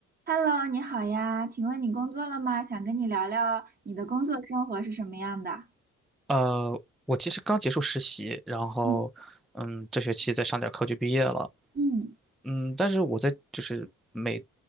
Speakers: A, on the right; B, in the centre.
A: Hello，你好呀，请问你工作了吗？想跟你聊聊你的工作生活是什么样的。
B: 呃，我其实刚结束实习，然后，
A: 嗯
B: 嗯，这学期再上点课就毕业了。
A: 嗯，
B: 嗯，但是我在就是美，